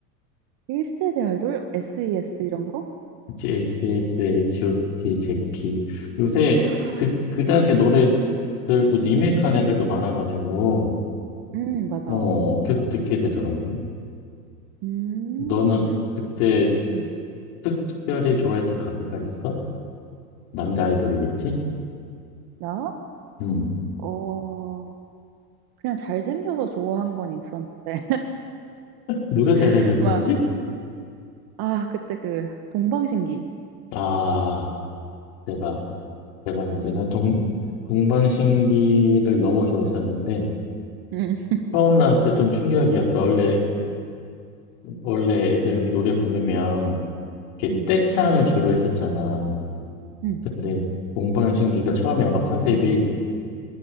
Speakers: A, on the right; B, on the left.
A: 1세대 아이돌? SES 이런 거?
B: 그치, a s H.O.T, 제키. 요새
A: 아,
B: 그, 그 당시 노래들도 리메이크한 애들도 많아가지고,
A: 음, 맞아.
B: 어, 계속 듣게 되더라고.
A: 음,
B: 너는 그때
A: 음,
B: 특, 별히 좋아했던 가수가 있어? 남자 아이돌이겠지?
A: 나?
B: 음.
A: 어, 그냥 잘생겨서 좋아한 건 있었는데.
B: 누가 잘생겼었지?
A: <laughs> 막, 아, 그때 그, 동방신기.
B: 아, 대박, 대박이지. 나 동, 동방신기를 너무 좋아했었는데,
A: 음,
B: 처음 나왔을 때 좀 충격이었어. 원래, 원래 애들 노래 부르면, 이렇게
A: 음,
B: 떼창을 주로 했었잖아.
A: 음.
B: 근데, 동방신기가 처음에 아마 컨셉이,